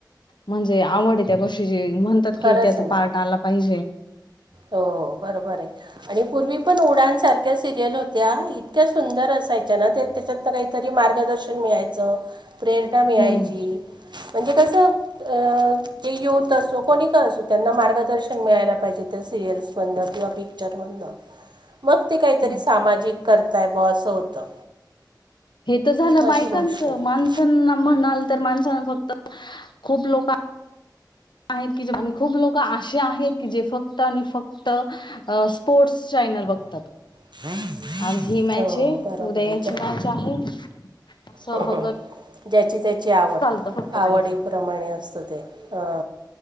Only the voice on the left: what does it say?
म्हणजे आवड त्या गोष्टीची, म्हणतात की
त्याचं पार्ट
आला पाहिजे.
हम्म
हं.
हे तर झालं बायकांच
माणसांना म्हणाल तर माणसां फक्त, खूप लोका आहेत की जे आणि खूप लोक असे आहेत, की जे फक्त आणि फक्त. स्पोर्टस चॅनल बघतात.
आज ही मॅच
आहे,
उदया
हिची
मॅच आहे. असं
बघत
चालतं फक्त
त्यांचं